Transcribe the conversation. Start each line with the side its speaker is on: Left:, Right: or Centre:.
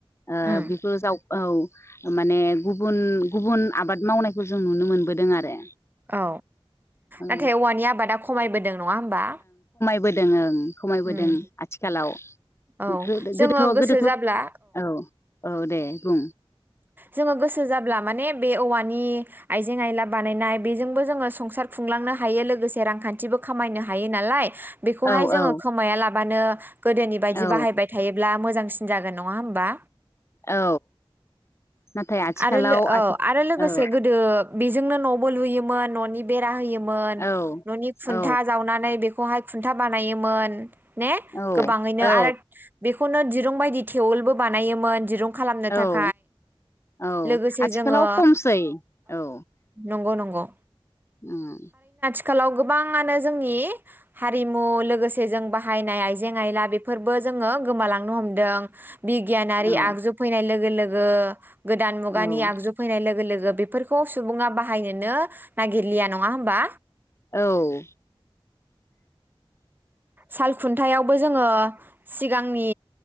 Left: ओ
Right: उम
Left: बेफोर जाव औ माने गुबुन गुबुन आबाद मावनायखौ जों नुनो मोनबोदों आरो
Right: औ
Left: औ
Right: नाथाय औवानि आबादा खमायबोदों नङा होमबा
Left: बोदों ओं खमायबोदों
Right: उम
Left: आथिखालाव
Right: औ
Left: गोद
Right: जोङो
Left: गोदोथ
Right: गोसो
Left: गोदोथ
Right: जाब्ला
Left: औ औ दे बुं
Right: जोङो गोसो जाब्ला माने बे औवानि आइजें आइला बानायनाय बेजोंबो जोङो संसार खुंलांनो हायो लोगोसे रांखान्थिबो खामायनो हायो नालाय बेखौहाय
Left: औ
Right: जोङो
Left: औ
Right: खोमाया ला बानो गोदोनि बायदि
Left: औ
Right: बाहायबाय थायोब्ला मोजांसिन जागोन नङा होमबा
Left: औ नाथाय आथिखालाव
Right: आरो औ
Left: आथि
Right: आरो लोगोसे
Left: औ
Right: गोदो बेजोंनो न'बो लुयोमोन न'नि बेरा होयो मोन
Left: औ
Right: न'नि खुन्था
Left: औ
Right: जावनानै बे खौहाय खुन्था बानायोमोन ने
Left: औ
Right: गोबाङैनो
Left: औ
Right: आरो बे <unintelligible> दिरुं बायदि थेवलबो बानायोन दिरुं खालामनो थाखाय
Left: औ औ
Right: लोगोसे
Left: आथिखालाव
Right: जोङो
Left: खमसै औ।
Right: नंगौ नंगौ
Left: उम।
Right: <unintelligible> गोबाङानो जोंनि हारिमु लोगोसे जों बाहायनाय आइजें -आइला बेफोरबो जोङो गोमालांनो हमदों। बिगियानारि
Left: औ
Right: आगजु फैनाय लोगो -लोगो <unintelligible> गोदान मुगानि
Left: औ
Right: आगजु फैनाय लोगो -लोगो बेफोरखौ सुबुङा बाहायनोनो नागिरलिया नङा होमबा?
Left: औ
Right: साल खुन्थायावबो जोङो सिगांनि